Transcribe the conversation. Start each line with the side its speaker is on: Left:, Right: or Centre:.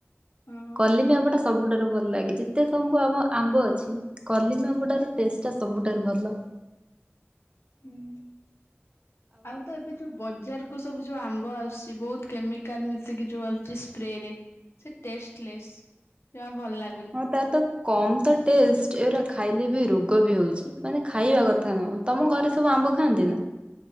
Left: ହଁ।
Right: କଲିମ୍ବି ଆମ୍ବଟା ସବୁଠାରୁ ଭଲ ଲାଗେ ଯେ। ଯେତେସବୁ ଆମ ଆମ୍ବ ଅଛି କଲିମ୍ବି ଆମ୍ବଟାର ଟେଷ୍ଟଟା ସବୁଠାରୁ ଭଲ।
Left: ହୁଁ ଆଉ ତ ଏବେ ଯୋ ବଜାରକୁ ସବୁ ଯୋଉ ଆମ୍ବ ଆସୁଚି ବହୁତ କେମିକାଲ୍ ମିଶିକି ଯୋଉ ଆସୁଚି ସ୍ପ୍ରେରେ ସେ ଟେଷ୍ଟଲେସ୍ ଜମା ଭଲ ଲା
Right: ହଁ ତାର ତ କମ ତ ଟେଷ୍ଟ ଏଉରା ଖାଇଲେ ବି ରୋଗ ବି ହଉଚି। ମାନେ ଖାଇବା କଥା ନୁହଁ। ତମ ଘରେ ସବୁ ଆମ୍ବ ଖାଆନ୍ତି ନା?